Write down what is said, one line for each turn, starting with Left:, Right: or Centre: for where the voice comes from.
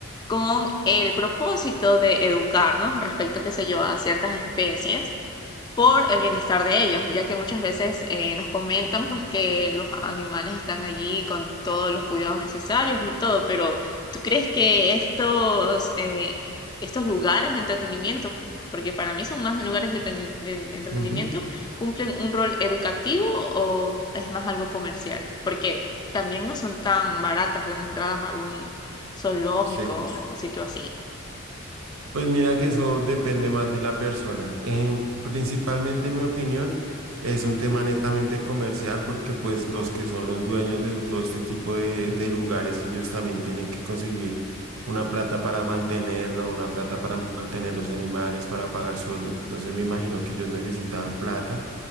Left: Con el propósito de educarnos respecto, qué sé yo, a ciertas especies, por el bienestar de ellos, ya que muchas veces eh, nos comentan pues que los animales están allí con todos los cuidados necesarios y todo, pero ¿tú crees que estos, eh, estos lugares de entretenimiento, porque para mí son más lugares de, peni- de- de entretenimiento,
Right: Ujú,
Left: cumplen un rol educativo o es más algo comercial? Porque también no son tan baratas las entradas a algún zoológico
Right: Sí.
Left: o sitio así.
Right: Pues mira que eso depende más de la persona. En- principalmente, en mi opinión, es un tema netamente comercial porque pues los que son los dueños de todo este tipo de, de lugares, ellos también tienen que conseguir una plata para mantenerlo, una plata para mantener los animales, para pagar sueldos. Entonces me imagino que ellos necesitaban plata